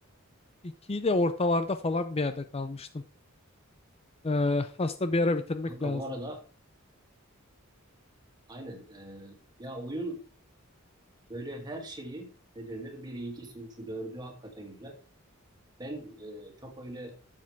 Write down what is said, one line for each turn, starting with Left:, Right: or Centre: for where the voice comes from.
Left: İkiyi de ortalarda falan bir yerde kalmıştım. Ee, aslında bir ara bitirmek
Right: Kanka
Left: lazım.
Right: bu arada aynen ee, ya oyun böyle her şeyi ne denir? Biri, ikisi, üçü, dördü hakikaten güzel. Ben ee, çok öyle